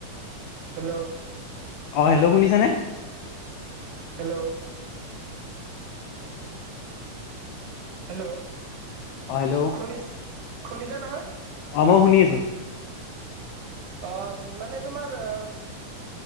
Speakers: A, on the right; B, on the left.
A: হেল্ল'।
B: অ হেল্ল' শুনিছানে?
A: হেল্ল' হেল্ল'
B: অ হেল্ল'
A: শুনিছ শুনিছা নহয়,
B: অ মই শুনিছো।
A: আহ মানে তোমাৰ আহ।